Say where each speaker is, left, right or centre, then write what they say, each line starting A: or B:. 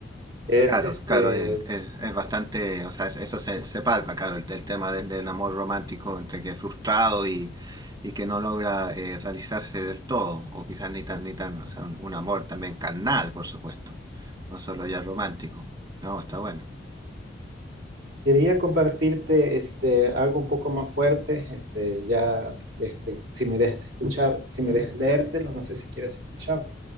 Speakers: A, on the right (about 80°); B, on the right (about 20°).
A: Es
B: Claro,
A: este,
B: claro, es, es- es bastante, o sea, es- eso se, se palpa, claro, el, el tema del, del amor romántico entre que frustrado y, y que no logra eh, realizarse del todo, o quizás ni tan, ni tan, o sea, un, un amor también carnal, por supuesto, no solo ya romántico. No, está bueno.
A: quería compartirte este, algo un poco más fuerte, este, ya, este, si me dejas escuchar, si me dejas leértelo, no sé si quieres escucharlo.